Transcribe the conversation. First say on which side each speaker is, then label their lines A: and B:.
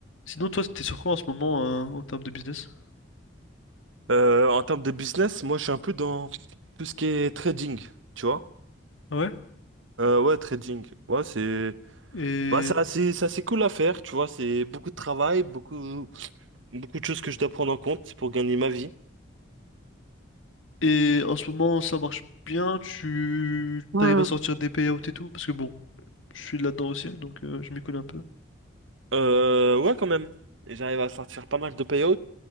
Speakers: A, on the left (about 80°); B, on the right (about 75°).
A: Sinon, toi, t'es sur quoi en ce moment hein, en termes de business?
B: Euh, en termes de business, moi je suis un peu dans tout ce qui est trading, tu vois.
A: Ah Ouais.
B: Euh, ouais, trading. Ouais, c'est
A: Et...
B: bah c'est assez, c'est assez cool à faire, tu vois. C'est beaucoup de travail, beaucoup, beaucoup de choses que je dois prendre en compte pour gagner ma vie.
A: et en ce moment, ça marche bien? Tu
B: Ouais.
A: t'arrives à sortir des payouts et tout? Parce que bon, je suis là-dedans aussi, donc euh, je m'y connais un peu.
B: Euh, ouais, quand même. Et J'arrive à sortir pas mal de payouts.